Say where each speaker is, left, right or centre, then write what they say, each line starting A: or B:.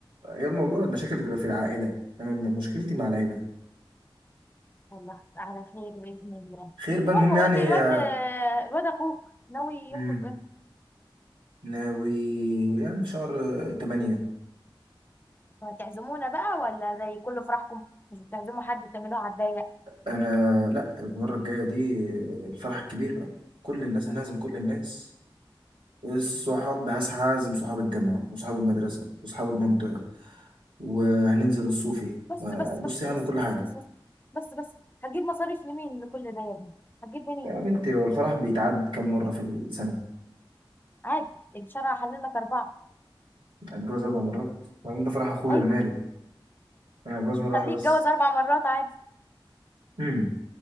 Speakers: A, on the right; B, on the left.
A: هي الموضوع المشاكل بتبقى في العائلة أنا م- مشكلتي مع العيلة
B: يلا على خير بإذن الله
A: خير بقى
B: المهم
A: المهم
B: قول
A: يعني إيه،
B: لي الواد الواد أخوك ناوي
A: مم،
B: يخطب امتى
A: ناوي يعني في شهر آه، تمانية
B: هتعزمونا بقى ولا زي كل فرحكم مش بتعزموا حد تعملوها على الضيق
A: أنا لأ المرة الجاية دي آه، الفرح الكبير بقى كل الناس هنعزم كل الناس الصحاب هسعى أعزم صحاب الجامعة وصحاب المدرسة وصحاب المنطقة وهننزل الصوفي
B: بس بس بس
A: بص هعمل
B: بس
A: كل
B: بس
A: حاجة
B: بس بس بس بس هتجيب مصاريف لمين لكل ده يا ابني هتجيب منين
A: يا بنتي هو الفرح بيتعاد كم مرة في السنة
B: عادي الشرع حلل لك أربعة
A: هتجوز أربع مرات وبعدين ده فرح أخويا
B: أيوة
A: أنا مالي أنا هتجوز مرة
B: خليك
A: واحدة بس
B: اتجوز أربع مرات عادي
A: امم